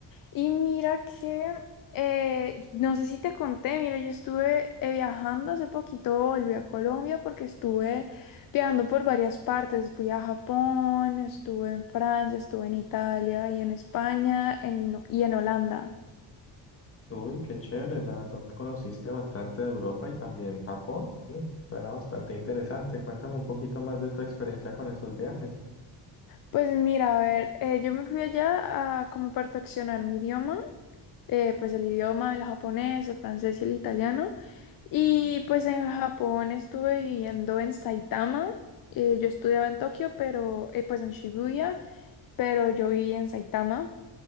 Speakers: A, on the left; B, on the left.
A: Y mira que, eh, no sé si te conté, mira, yo estuve eh, viajando hace poquito, volví a Colombia porque estuve Viajando por varias partes, fui a Japón, estuve en Francia, estuve en Italia y en España en- y en Holanda.
B: Uy, qué chévere, la verdad conociste bastante de Europa y también Japón. Mm, suena bastante interesante. Cuéntame un poquito más de tu experiencia con esos viajes.
A: Pues mira, a ver, eh, yo me fui allá a como perfeccionar mi idioma, eh, pues el idioma, el japonés, el francés y el italiano. Y pues en Japón estuve viviendo en Saitama. Eh, yo estudiaba en Tokio, pero eh, pues en Shibuya, pero yo viví en Saitama.